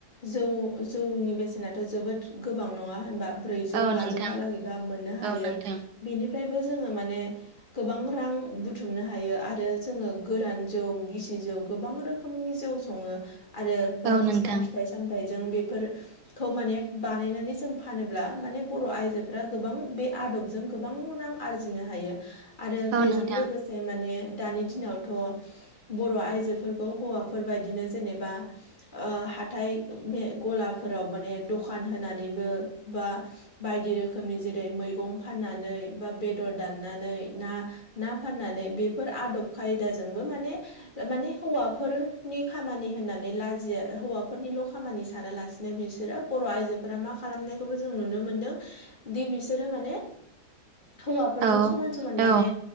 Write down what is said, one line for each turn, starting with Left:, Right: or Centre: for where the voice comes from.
Left: जौ जौनि बेसेनाथ' जोबोद गोबां नङा होनबा? ब्रैजौ
Right: औ
Left: बाजौहालागै
Right: नोंथां
Left: गाहाम मोननो हायो।
Right: औ नोंथां
Left: बेनिफ्रायनो जोङो माने गोबां रां बुथुमनो हायो आरो जोङो गोरान जौ गिसि जौ गोबां रोखोमनि जौ सङो आरो बायदिसिना
Right: औ नोंथां
Left: फिथाइ सामथाइजों बेफोर खौ माने बानायनानै जों फानोब्ला माने बर' आइजोफ्रा गोबां बे आदबजों गोबां रां आरजिनो हायो आरो
Right: औ
Left: बेजों
Right: नोंथां
Left: लोगोसे माने दानि दिनाव थ' बर' आइजोफोरखौ हौवाफोरबायदिनो जेनेबा ओ हाथाय मे गलाफोराव माने दखान होनानैबो बा बायदि रोखोमनि जेरै मैगं फाननानै बा बेदर दाननानै ना ना फाननानै बेफोर आदब खायदाजोंबो माने ओ माने हौवाफोरनि खामानि होननानै लाजिया हौवाफोरनिल' खामानि सानालासि नो बिसोरा बर' आइजोफोरा मा खालामनायखौबो जों नुनो मोनदों दि बिसोरो माने हौवाफोरजों
Right: औ
Left: समान-समान
Right: औ
Left: माने